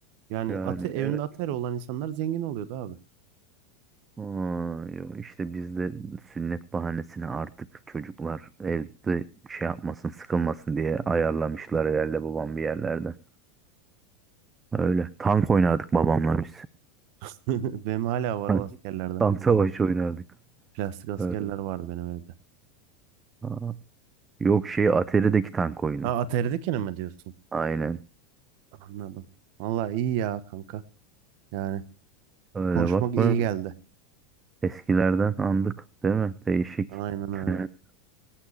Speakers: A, on the right; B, on the right.
A: Yani
B: Yani
A: ate, evinde
B: evet.
A: Atari olan insanlar zengin oluyordu abi.
B: Aa, yo, işte bizde sünnet bahanesini artık çocuklar evde şey yapmasın sıkılmasın diye ayarlamışlar herhalde babam bir yerlerde. Öyle. Tank oynardık babamla biz.
A: <laughs> Benim hala var
B: <laughs>
A: o askerlerden.
B: Tam savaş oynardık.
A: Plastik askerler
B: Öğretmen.
A: vardı benim evde.
B: Aa, yok şey Atari'deki tank oyunu.
A: Ha Atari'dekini mi diyorsun?
B: Aynen.
A: Anladım. Vallahi iyi ya kanka. Yani
B: Öyle
A: konuşmak
B: bakma.
A: iyi geldi.
B: Eskilerden andık değil mi? Değişik.
A: Aynen
B: <laughs>
A: öyle.